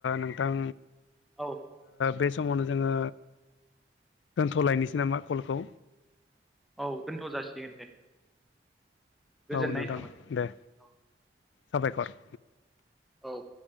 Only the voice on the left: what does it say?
नोंथां
बे समावनो जोङो दोनथ'लायनोसै नामा कलखौ
औ नोंथां
दे
साबायखर।